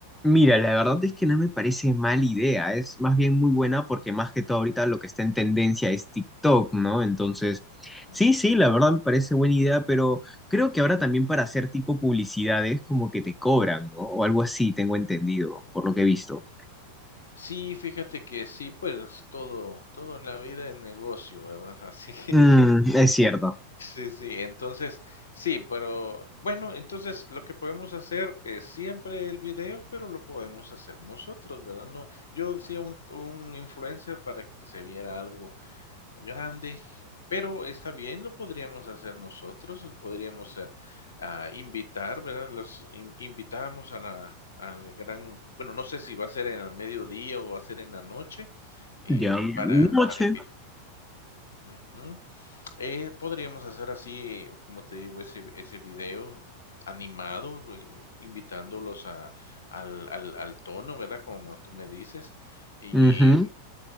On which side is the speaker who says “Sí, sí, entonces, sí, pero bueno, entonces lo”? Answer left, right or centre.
Left